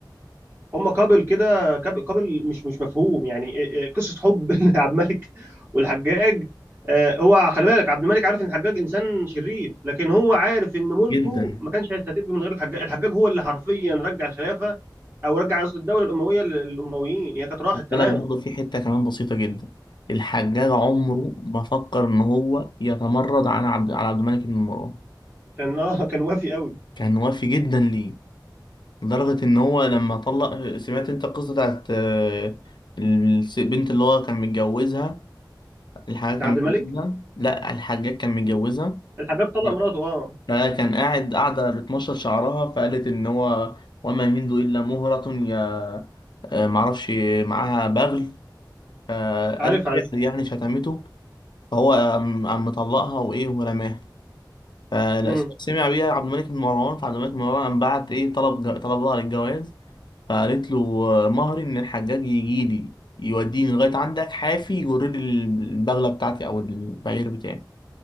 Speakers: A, on the right; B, on the left.
A: هم كابل كده كاب- كابل مش مش مفهوم يعني إيه- إيه، قصه حب <laughs> عبد الملك والحجاج آه، هو خلي بالك عبد الملك عارف ان الحجاج انسان شرير لكن هو عارف ان ملكه
B: جدا
A: ما كانش هيستتب من غير الحجاج الحجاج هو اللي حرفيا رجع الخلافه او رجع قصدي الدوله الامويه لل- للامويين هي كانت راحت
B: خد
A: تماما
B: بالك برضه في حتة كمان بسيطة جدا الحجاج عمره ما فكر إن هو يتمرد على عبد على عبد الملك بن مروان
A: كان اه <laughs> كان وافي قوي
B: كان وافي جدا ليه لدرجة إن هو لما طلق سمعت أنت القصة بتاعت آه، الس- البنت اللي هو كان متجوزها الحجاج
A: ده
B: كان
A: عبد
B: متجوزها
A: الملك
B: لا الحجاج كان متجوزها
A: الحجاج طلق
B: لا
A: مراته اه
B: فكان قاعد قاعدة بتمشط شعرها فقالت إن هو وما يمين إلا مهرة يا آه، معرفش معاها بغل آه،
A: عارف
B: قالت
A: عارف
B: شعر يعني شتمته هو قام قام مطلقها وايه ورماها فسمع
A: امم
B: بيها عبد الملك بن مروان فعبد الملك بن مروان قام بعت ايه طلب جو... طلبها للجواز فقالت له آه، مهري ان الحجاج يجي لي يوديني لغايه عندك حافي يجر لي البغله بتاعتي او البعير بتاعي